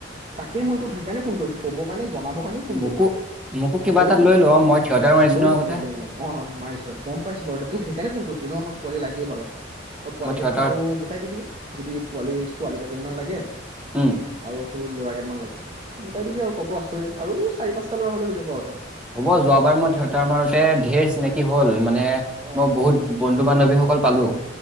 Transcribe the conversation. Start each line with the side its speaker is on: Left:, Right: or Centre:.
Right: তাকে মইতো সেইকাৰণে ফোন কৰিছো ক'ব কাৰণে জনাব কাৰণ ফোন
Centre: মোকো
Right: কৰিছো
Centre: মোকো কিবা
Right: অ তইও
Centre: এটাত
Right: থাকিবি
Centre: লৈ ল
Right: তোক
Centre: মই থিয়েটাৰ মাৰিছো
Right: অ লৈ
Centre: ন
Right: ল'ম
Centre: আগতে
Right: দে লৈ ল' অ মাৰিছ গম পাইছো বাৰু দে তোক সেইকাৰণে ফোন কৰিছ এনেও আমাক পোৱালি লাগেই বাৰু ত পোৱালি
Centre: মই থিয়েটাৰত
Right: কেইটামান আৰু গোটাই দিবি যদি পোৱালি ছোৱালী কেইজনীমান লাগে
Centre: উম
Right: আৰু তোৰ ল'ৰা কেইটামান লাগে গোটাই দিবি আৰু ততো আছইে আৰু চি পাঁচটা ল'ৰা হ'লে হৈ যাব আৰু ধৰ
Centre: হ'ব যোৱাবাৰ মই থিয়টাৰ মাৰোতে ধেৰ চিনাকি হল মানে
Right: অ
Centre: মই বহুত বন্ধু বান্ধৱী হ অকল পালো